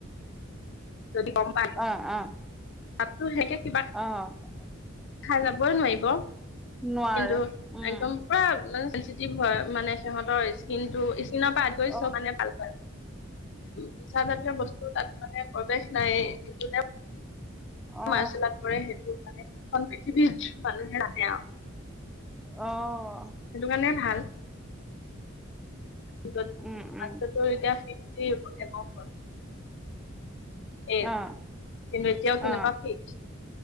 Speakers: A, on the left; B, in the centre.
A: যদি গম পায়।
B: অ', অ'।
A: তাততো <unintelligible> কিবা
B: অ'।
A: খাই যাবই নোৱাৰিব,
B: নোৱাৰে
A: কিন্তু
B: উম
A: একদম পুৰা <unintelligible> হয়, মানে সিহঁতৰ স্কিনটো, স্কিনৰ পৰা আতৰি
B: অ
A: মানে ভাল পায়। নিচাজাতীয় বস্তু তাত মানে প্ৰৱেশ নায়ে। <unintelligible>
B: অ
A: মাৰ্চেল আৰ্ট কৰে, সেইটো মানে এখন পৃথিৱীৰ মানুহে <unintelligible> আৰু।
B: অ'।
A: সেইটো কাৰণে ভাল। <unintelligible>
B: উম উম
A: এতিয়া ফিফটি এবভ হ'ল। এজ,
B: অ
A: কিন্তু এতিয়াও
B: অ
A: কেনেকুৱা ফিট।